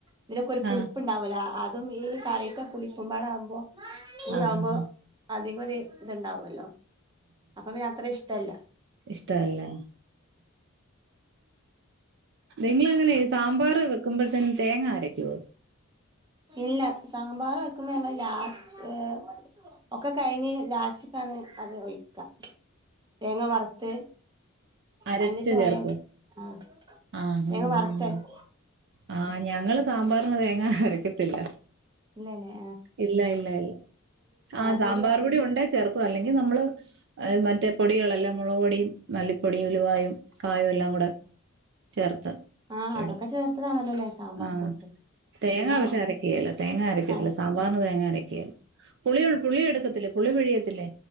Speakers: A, on the right (about 20°); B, on the right (about 55°).
A: ഇതിലൊക്കെ ഒരു പുളിപ്പുണ്ടാവല
B: ആഹ്
A: അതും ഈ കറയിത്തെ പുളിപ്പമ്പാട ആകുമ്പോ കുട
B: ആഹ്
A: ആവുമ്പോ
B: ആഹ്
A: അധികം ഒരു ഇത്ണ്ടാവല്ലോ അപ്പൊ പിന്നെ അത്ര ഇഷ്ടല്ല
B: ഇഷ്ട അല്ലെ <inaudible> നിങ്ങളെങ്ങനെ ഈ സാമ്പാർ വെക്കുമ്പോഴത്തന് തേങ്ങ ആരക്കുവോ?
A: ഇല്ല സാമ്പാർ വെക്കുമ്പോ ഞങ്ങള് ലാസ്റ്റ്. ഒക്കെ കഴിഞ്ഞ് ലാസ്റ്റ്ക്കാണ് അത് ഒഴിക്ക. തേങ്ങ വർത്ത്.
B: അരച്ച്
A: അയിന്റെ ചൊയം
B: ചേർക്കോ?
A: ആഹ്
B: ആഹ്
A: തേങ്ങവർത്തരകും.
B: ആഹ് ആഹ് ഞങ്ങള് സാമ്പാറിന് തേങ്ങാ അരയ്ക്കത്തില്ല.
A: ഇല്ലലേ?
B: ഇല്ല, ഇല്ല, ഇല്ല ആഹ് സാമ്പാർപൊടി
A: പൊടി
B: ഒണ്ടേ ചേർക്കും അല്ലെങ്കിൽ ന്നമ്മള് അഹ് മറ്റേ പൊടികളെല്ലാം മുളക് പൊടിം, മല്ലിപ്പൊടിം, ഉലുവായും, കായും, എല്ലാംകൂടെ ചേർത്ത്
A: ആ അതൊക്കെ
B: എട്
A: ചേർത്തതാണല്ലോല്ലേ സാമ്പാർ
B: ആഹ്
A: കൂട്ട്
B: തേങ്ങ
A: പിന്നെ
B: പക്ഷെ അരക്കേല തേങ്ങ അരക്കത്തില്ല.
A: അരച്ച
B: സാമ്പാറിന് തേങ്ങാ അരക്കേല. പുളി പുളി എടുക്കത്തില്ലേ പുളി പിഴിയത്തില്ലേ